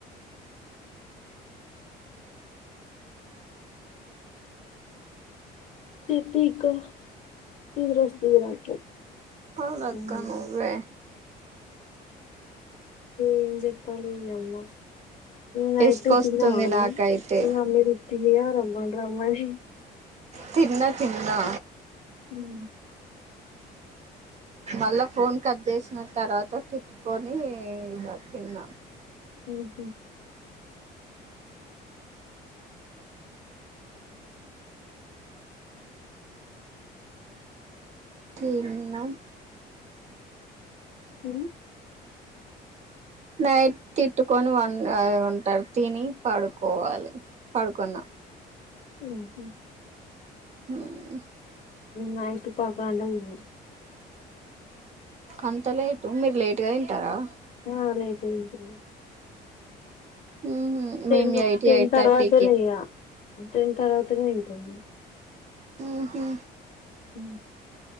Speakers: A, on the left; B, on the right.
A: చెప్పిక నిద్ర వస్తుంది నాకు
B: చెప్పాలక్క
A: మ్మ్
B: నువ్వే
A: ఏం చెప్పాలి ఈ యమ్మ నైట్
B: తీసుకొస్తుంది
A: తిన్నవా అన్నం
B: నాకైతే
A: మీ అమ్మ తిట్టింది కదా రమ్మాన్నీ రమ్మానీ
B: తిన్న తిన్నా
A: ఉమ్
B: మళ్ళా ఫోన్ కట్ చేసిన తర్వాత తిట్టుకొని ఇగ తిన్న
A: ఉహు
B: తిన్నాం
A: అ
B: నైట్ తిట్టుకొని వన్ ఉంటారు తిని పడుకోవాలి పడుకున్నాం
A: అహ
B: హ
A: నైట్ పదు పద్కోన్ గంటలకు తిన్నాం
B: అంత లేటు మీరు లేట్గా తింటారా
A: ఆ లేటే తింటం మేము
B: ఉహు
A: టెన్
B: మేము ఎయిట్
A: టెన్
B: ఎయిట్
A: తర్వాతనే
B: థర్టీకి
A: ఇగ టెన్ తర్వాత తింటం మేము
B: ఉ హు
A: ఉ